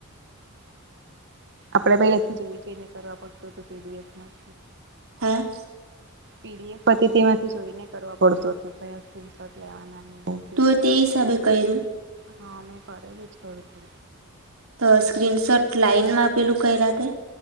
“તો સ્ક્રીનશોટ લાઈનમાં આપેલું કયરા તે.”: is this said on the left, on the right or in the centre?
Right